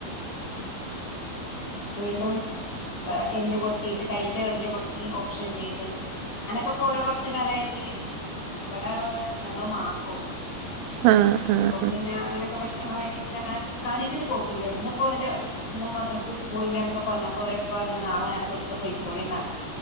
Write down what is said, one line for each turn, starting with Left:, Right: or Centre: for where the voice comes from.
Left: വീണ്ടും എല്ല് പൊട്ടിയിട്ട് കെയ്ൻ്റെ എല്ല് പൊട്ടി ഓപ്പറേഷൻ ചെയ്ത് അനൊക്കെ ഇപ്പോ ഓരോ കുറച്ച് കാലമായിട്ട് ഇവിടെ ഞങ്ങൾ മാത്രേ ഉള്ളു
Right: ആഹ് ആഹ് ആഹ്
Left: അപ്പൊ പിന്നെ അങ്ങനെയൊക്കെ പ്രശ്നങ്ങളായിട്ട് പിന്നെ അങ്ങനെ കാണിച്ചിട്ട് പോക്കില്ല എന്നിപ്പോ എന്റെ ഒന്നും മദ്രസ സ്കൂൾ ഇല്ലയന്നൊക്കെ പറഞ്ഞപ്പോ അവരെ പറഞ്ഞ് നാളെ നേരം വെളുത്തിട്ട് പോയിക്കോളി എന്നാണ്